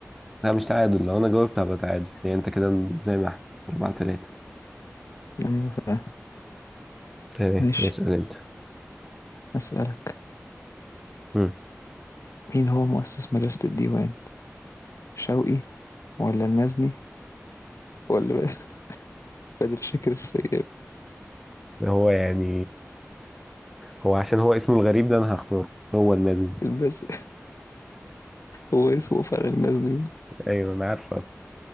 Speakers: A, in the centre; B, on the left (about 75°).
A: لا مش تعادل لو انا جاوبت هبقى تعادل يعني انت كده زي ما احنا أربعة تلاتة
B: أيوة فعلا
A: تمام
B: ماشي
A: اسأل انت
B: أسألك
A: مم.
B: مين هو مؤسس مدرسة الديوان شوقي ولا المزني ولا <laughs> بس بدر شاكر السيد
A: <laughs> هو يعني هو عشان هو اسمه الغريب ده انا هختاره هو المازن
B: البس هو اسمه فعلا المزني ده
A: ايوه انا عارف اصلا